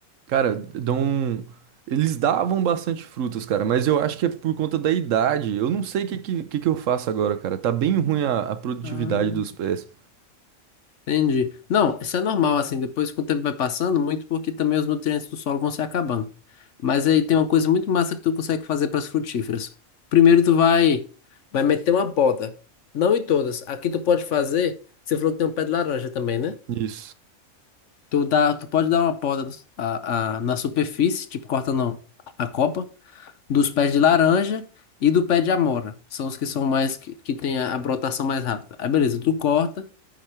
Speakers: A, on the right; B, on the left.
A: Cara, dão. um, Eles davam bastante frutas, cara, mas eu acho que é por conta da idade. Eu não sei o que, que, que que eu faço agora, cara. Tá bem ruim a, a produtividade
B: Ah.
A: dos pés.
B: Entendi. Não, isso é normal, assim, depois que o tempo vai passando, muito porque também os nutrientes do solo vão se acabando. Mas aí tem uma coisa muito massa que tu consegue fazer para as frutíferas. Primeiro tu vai, vai meter uma poda. Não em todas. Aqui tu pode fazer, você falou que tem um pé de laranja também, né?
A: Isso.
B: Tu dá, tu pode dar uma poda dos- a, a- na superfície, tipo cortando a copa, dos pés de laranja e do pé de amora. São os que são mais, que, que tem a, a brotação mais rápida. Aí beleza, tu corta.